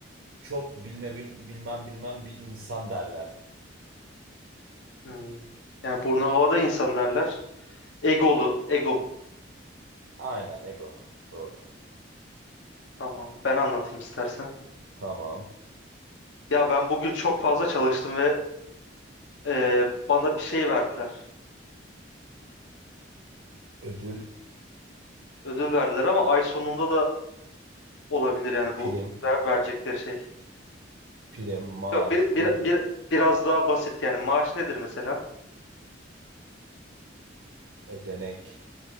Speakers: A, on the right; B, on the left.
A: çok bilme bil- bilmem bilmem bir insan derler.
B: Hmm. Yani burnu havada insan derler. Egolu. Ego mu?
A: Aynen ego. Doğru.
B: Tamam. Ben anlatayım istersen.
A: Tamam.
B: Ya ben bugün çok fazla çalıştım ve e, bana bir şey verdiler.
A: Ödül,
B: Ödül verdiler ama ay sonunda da olabilir yani
A: prim,
B: bu ver, verecekleri şey.
A: prim, maaş,
B: Yok bir,
A: ödül,
B: bir, bir, biraz daha basit yani maaş nedir mesela?
A: ödenek.